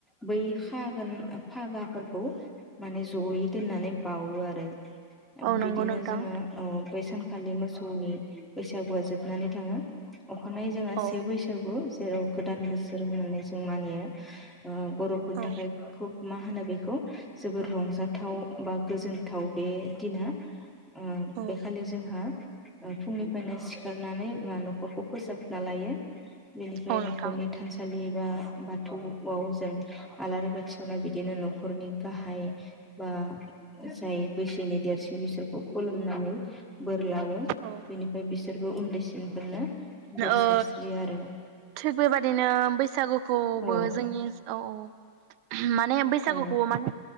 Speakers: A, in the centre; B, on the right (about 50°).
A: बै हागोन फागाफोरखौ माने जयै दोननानै बावो आरो
B: औ
A: बिदिनो
B: नंगौ नोंथां
A: जोङो बै सानखालि मोसौनि बैसागुआ जोबनानै थाङो अखानायनायै जोङो
B: औ
A: से बैसागु जेराव गोदान बोसोर होननानै जों मानियो ओ बर'फोरनि
B: औ
A: थाखाय खुब मा होनो बेखौ जोबोर रंजाथाव बा गोजोनथाव बे दिना ओ
B: औ
A: बेखालि जोंहा ओ फुंनिफ्रायनो सिखारनानै न'खरखौ फोसाबना लायो। बेनिफ्रायनो
B: औ नोंथां
A: थानसालि बा बाथौआव जों आलारि बाथि सावना बिदिनो न'खरनि गाहाय बा जाय बैसोनि देरसिन बिसोरखौ खुलुमनानै बोर लायो
B: औ
A: बेनिफ्राय बिसोर बो उन्दैसिनफोरनो बोर
B: ओ
A: सारस्रियो आरो।
B: थिग बेबादिनो बैसागुखौबो
A: औ
B: जोंनि ओनसोलाव माने बैसागुखौ
A: औ
B: माने